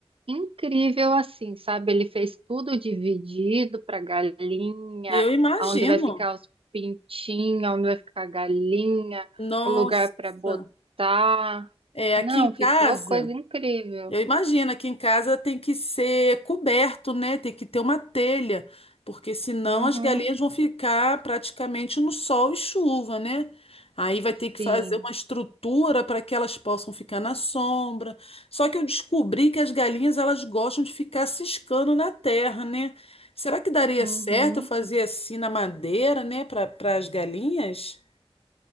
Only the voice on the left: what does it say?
Eu imagino.
Nossa.
É,
aqui em casa,
eu imagino, aqui em casa tem que ser coberto, né? Tem que ter uma telha, porque senão
as galinhas vão ficar praticamente no sol e chuva, né? Aí vai ter que
fazer uma estrutura para que elas possam ficar na sombra. Só que eu descobri que as galinhas elas gostam de ficar ciscando na terra, né? Será que daria
certo eu fazer assim na madeira, né, para para as galinhas?